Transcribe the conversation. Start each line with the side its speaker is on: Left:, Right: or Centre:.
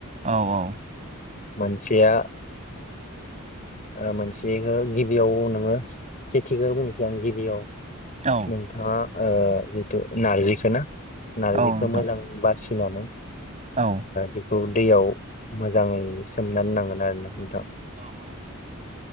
Right: औ औ
Left: मोनसेया ओ मोनसेखौ गिबियाव नोङो सेथिखौ बुंनोसै आं गिबियाव
Right: औ
Left: नों नोंथाङा जिथु नारजिखौ ना नारजिखौ
Right: औ नोंथां
Left: मोजां बासिनानै
Right: औ
Left: बेखौ दैयाव मोजाङै सोमनानै दोनांगोन आरोना नोंथां
Right: औ औ